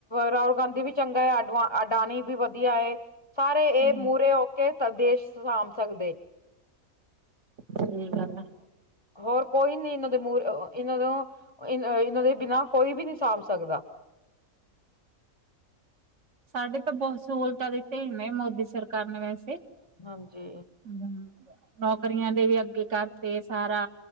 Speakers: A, on the left (about 25°); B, on the right (about 55°).
A: ਰਾਹੁਲ ਗਾਂਧੀ ਵੀ ਚੰਗਾ ਹੈ, ਅਡਵ ਅਡਾਨੀ ਵੀ ਵਧੀਆ ਏ, ਸਾਰੇ
B: ਹੂੰ
A: ਇਹ ਮੂਹਰੇ ਕਿ ਸਵਦੇਸ਼ ਸਾਂਭ ਸਕਦੇ।
B: ਸਹੀ ਗੱਲ ਹੈ।
A: ਹੋਰ ਕੋਈ ਨੀ ਇਹਨਾਂ ਦੇ ਮੂਰ ਇਹਨਾਂ ਤੋਂ ਇ ਇਹਨਾਂ ਦੇ ਬਿਨਾਂ ਕੋਈ ਵੀ ਨਹੀਂ ਸਾਂਭ ਸਕਦਾ
B: ਸਾਡੇ ਤਾਂ ਬਹੁਤ ਸਹੂਲਤਾਂ ਦਿੱਤੇ ਹੀ ਨੇ ਮੋਦੀ ਸਰਕਾਰ ਨੇ ਵੈਸੇ।
A: ਹਾਂਜੀ।
B: ਹਮ ਨੌਕਰੀਆਂ ਦੇ ਵੀ ਅੱਗੇ ਕਰਤੇ ਸਾਰਾ